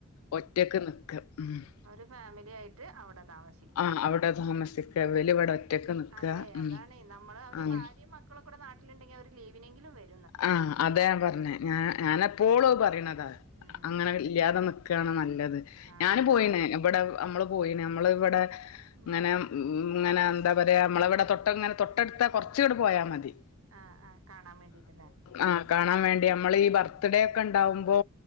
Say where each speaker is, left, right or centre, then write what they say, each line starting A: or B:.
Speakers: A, on the left; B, on the right.
A: ഒറ്റക്ക് നിക്ക ഉം
B: അവര് ഫാമിലി ആയിട്ട് അവിടെ താമസി ക്ക.
A: ആഹ് അവിടെ താമസിക്ക ഇവല് ഇവിടെ ഒറ്റക്ക് നിക്ക
B: അതെ
A: ഉം
B: അതാണെ നമ്മള് അവരെ
A: ആഹ്
B: ഭാര്യേം മക്ക ക്കളുകൂടെ നാട്ടിലുണ്ടെി അവര് ലീവിനെങ്കിലും വരും.
A: ആഹ് അതെ ഞാൻ പറഞ്ഞേ. ഞ ഞാനെപ്പോളും അത് പറീണതാ
B: ഉം
A: അങ്ങനെ ഇല്ലാതെ നി ക്കാണ് നല്ലത്.
B: ആഹ്
A: ഞാൻ പോയിണ് ഇവിടെ നമ്മള് പോയിന് നമ്മളിവിടെ
B: ഉം
A: ഇങ്ങനെ ഉം ങ്ങനെ എന്താ പറയാ നമ്മളവിടെ തൊട്ടങ്ങനെ തൊട്ടടുത്താ കൊറച്ച്ങ്ങനെ പോയാ മതി.
B: ആഹ് ആഹ്, കാണാൻ വേണ്ടിട്ടല്ലേ.
A: ആഹ് കാണാൻ വേണ്ടി. നമ്മള് ഈ ബർത്ത്ഡേക്കെ ഇണ്ടാവുമ്പോ